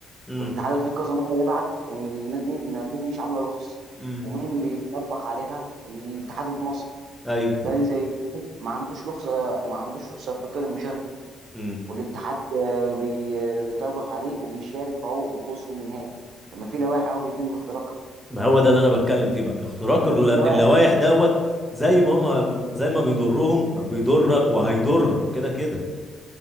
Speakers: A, in the centre; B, on the right.
A: امم
B: والاتحاد الافريقي كذا مره يبعت ان النادي ان الانديه دي مش عامله رخص
A: امم
B: ومين بيطربخ عليها الاتحاد المصري
A: ايوه
B: نادي زي بيراميدز ما عندوش رخصه ما عندوش رخصه افريقيه للمشاركه
A: مم.
B: والاتحاد آه، بي- بيطربخ عليه وبيشارك فهو بوصل النهائي فما في لوائح أهو بيتم اختراقها
A: ما هو ده اللي انا بتكلم فيه بقى اختراق الل-
B: طب في لوائح
A: اللوائح دوت زي ما هم زي ما بيضرهم بيضرك وهيضرك كده كده